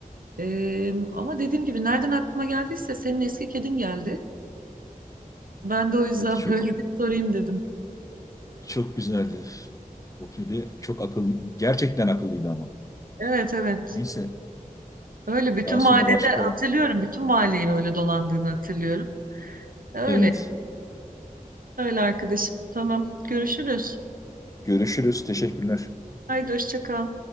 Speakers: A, on the right; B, on the left.
A: Ee, ama dediğim gibi nereden aklıma geldiyse senin eski kedin geldi. Ben de o yüzden
B: Evet çok
A: <laughs> böyle bir sorayım dedim.
B: çok güzeldi. O kedi çok akıllı, gerçekten akıllıydı ama.
A: Evet evet.
B: Neyse
A: Öyle bütün
B: daha sonra
A: mahallede
B: başka
A: hatırlıyorum. Bütün mahalleyi öyle dolandığını hatırlıyorum. Öyle.
B: evet
A: Öyle arkadaşım. Tamam. Görüşürüz.
B: görüşürüz. Teşekkürler.
A: Haydi hoşça kal.